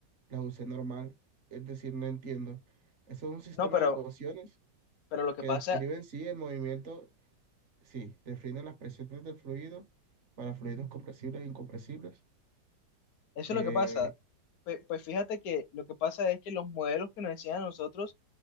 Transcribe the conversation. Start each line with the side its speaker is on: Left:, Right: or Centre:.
Right: las usé normal. Es decir, no entiendo. Eso es un sistema
Left: no, pero,
Right: de ecuaciones
Left: pero lo que
Right: que
Left: pasa
Right: describen, sí, el movimiento, sí, definen las presiones del fluido para fluidos compresibles e incompresibles.
Left: Eso
Right: Eh,
Left: es lo que pasa. Pe- Pues, fíjate que lo que pasa es que los modelos que nos enseñan a nosotros